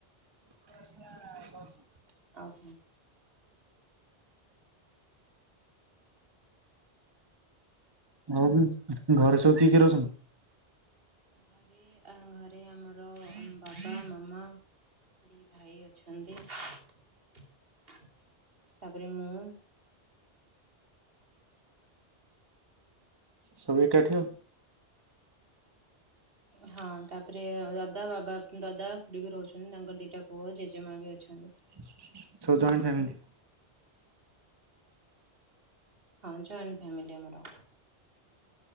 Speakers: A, on the right; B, on the right.
A: <inaudible>
B: ଆଉ
A: ହଉ ବି ଘରେ ସବୁ ଟିକ ରହୁଛନ୍ତି।
B: ଘରେ ଘରେ ଆମର ବାପା ମାମା ଦୁଇ ଭାଇ ଅଛନ୍ତି। ତାପରେ ମୁଁ
A: ସବୁ ଏକାଠି
B: ହଁ ତାପରେ ଦଦା ବାବା ଦଦା ବି ରହୁଛନ୍ତି। ତାଙ୍କର ଦିଟା ପୁଅ ଜେଜେମା ବି ଅଛନ୍ତି,
A: ସବୁ ଜଏଣ୍ଟ ଫ୍ୟାମିଲି?
B: ହଁ ଜଏଣ୍ଟ ଫ୍ୟାମିଲ ଆମର।